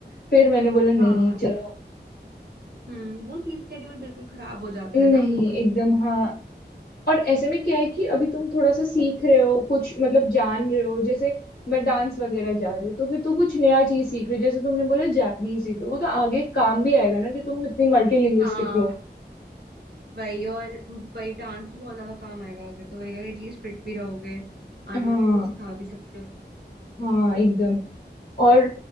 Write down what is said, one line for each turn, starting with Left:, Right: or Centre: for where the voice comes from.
Left: फिर मैंने बोला नहीं
Right: हाँ
Left: चलो
Right: हम्म वो स्लीप शेड्यूल बिल्कुल खराब हो जाता
Left: नहीं
Right: है ना बिल्कुल
Left: एकदम हाँ और ऐसे में क्या है कि अभी तुम थोड़ा सा सीख रहे हो कुछ मतलब जान रहे हो जैसे मैं डांस वगैरह जा रहे हो तो फिर तो कुछ नया चीज सीख रहे हो जैसे तुमने बोला जापनीज सीख रहे हो वो तो आगे काम भी आएगा ना कि तुम इतनी मल्टीलिंग्विस्टिक
Right: हाँ
Left: हो
Right: वही और वही डांस भी बहुत ज्यादा काम आएगा आगे तो वही और एटलीस्ट फिट भी रहोगे
Left: हाँ
Right: आगे किसी को सिखा भी सकते हो
Left: हाँ एकदम और